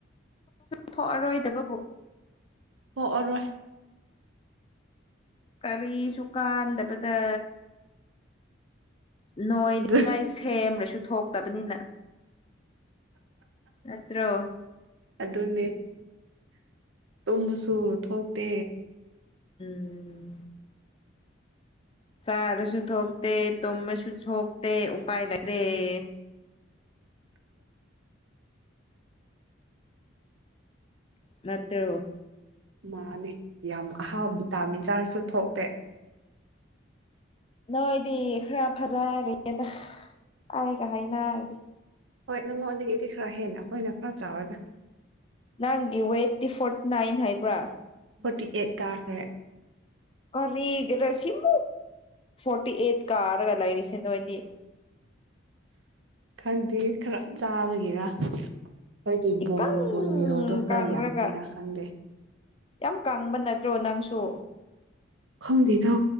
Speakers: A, on the left; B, on the right.
A: ꯊꯣꯛꯑꯔꯣꯏꯗꯕꯕꯨ
B: ꯀꯣꯛꯑꯔꯣꯏ
A: ꯀꯔꯤꯁꯨ ꯀꯥꯟꯗꯕꯗ ꯅꯣꯏꯅꯤꯡꯉꯥꯏ
B: ꯑꯗꯨ
A: ꯁꯦꯝꯂꯁꯨ ꯊꯣꯛ ꯇꯕꯅꯤꯅ ꯑꯠꯇꯣ
B: ꯑꯗꯨꯅꯦ ꯇꯨꯝꯃꯁꯨ ꯊꯣꯛꯇꯦ
A: ꯎꯝ ꯆꯔꯁꯨ ꯊꯣꯛꯣꯛꯇꯦ ꯇꯃꯁꯨ ꯊꯣꯛꯣꯛꯇꯦ ꯎꯄꯥꯏ ꯂꯩꯦ ꯅꯠꯇꯣ
B: ꯃꯥꯅꯦ ꯌꯥꯝ ꯑꯍꯥꯎ ꯚꯤꯇꯥꯃꯤꯟ ꯆꯥꯔꯁꯨ ꯊꯣꯛꯇꯦ
A: ꯅꯣꯏꯗꯤ ꯈꯔ ꯐꯖꯔꯦꯗ ꯑꯩꯒ ꯍꯥꯏꯅꯔꯗꯤ
B: ꯍꯣꯏ ꯅꯪꯉꯣꯟꯗꯒꯤꯗꯤ ꯈꯔ ꯍꯦꯟꯅ ꯑꯩꯈꯣꯏꯅ ꯈꯔ ꯆꯥꯎꯔꯦꯗ
A: ꯅꯪꯒꯤ ꯋꯦꯠ ꯗꯤꯐꯣꯔꯠ ꯅꯥꯏꯟ ꯍꯥꯏꯕ꯭ꯔꯥ
B: ꯐꯣꯔꯇꯤ ꯑꯩꯠ ꯀꯥꯔꯈ꯭ꯔꯦ
A: ꯀꯔꯤꯒꯔꯥ ꯁꯤꯃꯨꯛ ꯐꯣꯔꯇꯤ ꯑꯩꯠ ꯀꯥꯔꯒ ꯂꯩꯔꯤꯁꯦ ꯅꯣꯏꯗꯤ
B: ꯈꯪꯗꯦ ꯈꯔ ꯆꯥꯕꯒꯤꯦꯔ ꯑꯩꯈꯣꯏꯒꯤ
A: ꯏꯀꯪ
B: ꯕꯣꯟ ꯕꯣꯟ ꯃꯦꯔꯣꯗꯣ ꯈꯔ
A: ꯀꯪꯔꯒ
B: ꯌꯥꯝꯒꯦꯔꯥ ꯈꯪꯗꯦ
A: ꯌꯥꯝ ꯀꯪꯕ ꯅꯠꯇ꯭ꯔꯣ ꯅꯪꯁꯨ
B: ꯈꯪꯗꯦꯗ